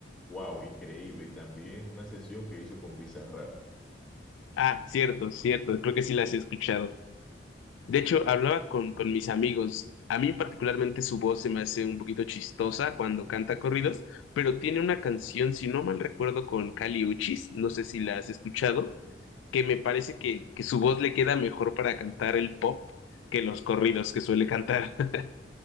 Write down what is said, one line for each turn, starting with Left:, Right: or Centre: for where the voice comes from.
Centre: wow, increíble. Y también una sesión que hizo con Bizarrap.
Left: Ah, cierto, cierto. Creo que sí las he escuchado. De hecho, hablaba con, con mis amigos. A mí particularmente su voz se me hace un poquito chistosa cuando canta corridos, pero tiene una canción, si no mal recuerdo, con Kali Uchis. No sé si la has escuchado que me parece que, que su voz le queda mejor para cantar el pop que los corridos que suele cantar. <laughs>